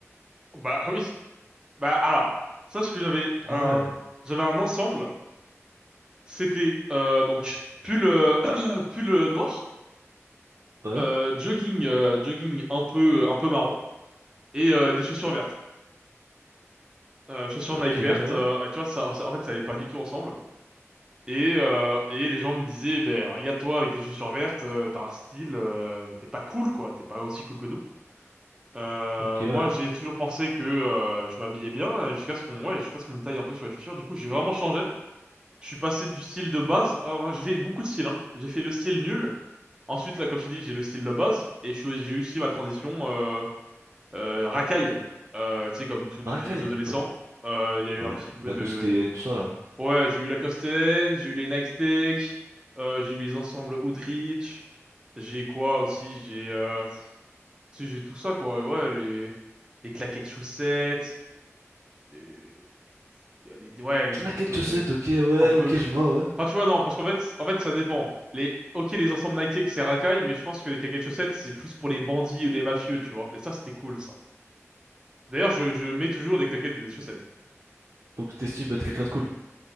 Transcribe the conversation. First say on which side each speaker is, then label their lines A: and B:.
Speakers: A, on the right; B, on the right.
A: Bah <laughs> oui. Bah alors, Sache que j'avais
B: Ah
A: un,
B: ouais.
A: j'avais un ensemble. C'était, euh, donc, pull, euh, <clears throat> pull euh, noir,
B: Ouais,
A: euh, jogging, euh, jogging un peu, un peu marron, et euh, des chaussures vertes. euh, chaussures
B: ok,
A: Nike vertes,
B: ouais,
A: euh, et tu vois, ça, ça- en fait, ça allait pas du tout ensemble. Et, euh, et les gens me disaient, ben, regarde-toi avec tes chaussures vertes, euh, t'as un style, euh, t'es pas cool, quoi, t'es pas aussi cool que nous. Euh,
B: ok,
A: moi,
B: ouais.
A: j'ai toujours pensé que euh, je m'habillais bien, euh, jusqu'à ce qu'on ouais, jusqu'à ce qu'on me taille un peu sur les chaussures. Du coup, j'ai vraiment changé. Je suis passé du style de base, euh, enfin, j'ai fait beaucoup de styles, hein. J'ai fait le style nul. Ensuite, là, comme je t'ai dit, j'ai le style de base, et je suis- j'ai eu aussi ma transition euh, euh, racaille. Euh, tu sais, comme tous les
B: Racaille,
A: adolescents,
B: ouais.
A: euh, il y a eu
B: Alors,
A: un petit
B: la,
A: peu
B: la
A: de
B: Costé, tout ça, là.
A: Ouais, j'ai eu la N, j'ai eu les Nike Tech, euh, j'ai eu les ensembles Hoodrich, j'ai quoi aussi, j'ai euh, pff, tu sais, j'ai tout ça quoi, ouais, les les claquettes chaussettes, euh, les, ouais, les trucs
B: La quête
A: un peu
B: chaussette,
A: de
B: ok, ouais,
A: un peu
B: ok, je vois, ouais.
A: enfin tu vois non, parce qu'en fait en fait ça dépend. Les OK, les ensembles Nike Tech, c'est racaille, mais je pense que les claquettes chaussettes c'est plus pour les bandits ou les mafieux, tu vois. Et ça c'était cool ça. D'ailleurs, je je mets toujours des claquettes et des chaussettes.
B: Donc, t'estimes être quelqu'un de cool.